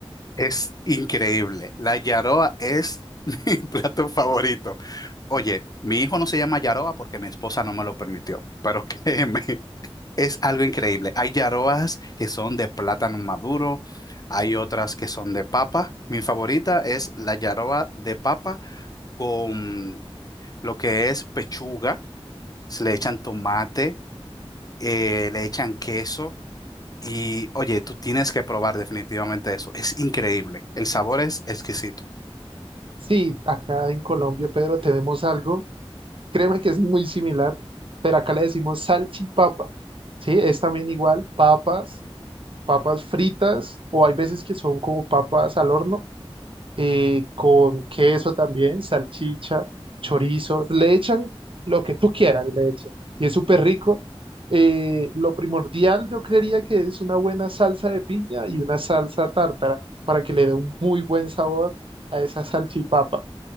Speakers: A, on the left (about 40°); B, on the right (about 60°).
A: Es increíble. La yaroa es <laughs> mi plato favorito. Oye, mi hijo no se llama yaroa porque mi esposa no me lo permitió, pero <laughs> créeme Es algo increíble. Hay yarobas que son de plátano maduro, hay otras que son de papa. Mi favorita es la yaroba de papa con lo que es pechuga. Se le echan tomate, eh, le echan queso y oye, tú tienes que probar definitivamente eso. Es increíble. El sabor es exquisito.
B: Sí, acá en Colombia, Pedro, tenemos algo. Créeme que es muy similar, pero acá le decimos salchipapa. Sí, es también igual, papas, papas fritas, o hay veces que son como papas al horno, eh, con queso también, salchicha, chorizo, le echan lo que tú quieras, le echan, y es súper rico. Eh, lo primordial yo creería que es una buena salsa de piña y una salsa tártara para que le dé un muy buen sabor a esa salchipapa.